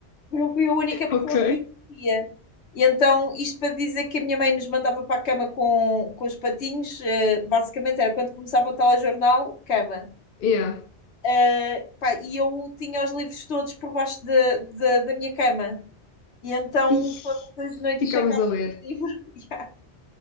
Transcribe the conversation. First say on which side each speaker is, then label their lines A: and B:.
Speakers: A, on the left; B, on the left.
A: Eu fui a única pessoa
B: Ok.
A: que o via. E então, isto para dizer que a minha mãe nos mandava para a cama com, com os patinhos, eh, basicamente era quando começava o telejornal, cama.
B: Yeah.
A: Eh, pá, e eu tinha os livros todos por baixo da da- da minha cama. E então,
B: Ih,
A: todas as noites
B: ficámos
A: sacava
B: a ler.
A: o livro. <laughs>